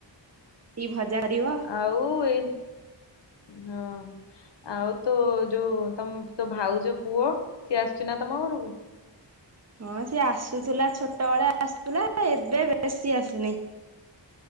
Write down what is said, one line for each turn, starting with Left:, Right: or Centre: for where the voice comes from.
Right: କି ଭଜା କରିବ
Left: ଆ ଆଉ ଏ ହଁ। ଆଉ ତୋ ଯୋଉ ତମ ତୋ ଭାଉଜ ପୁଅ ସେ ଆସୁଛି ନା ତମ ଘରକୁ?
Right: ହଁ ସିଏ ଆସୁଥିଲା ଛୋଟ ବଳେ ଆସୁଥିଲା ଏବେ ବେଶୀ ଆସୁନି।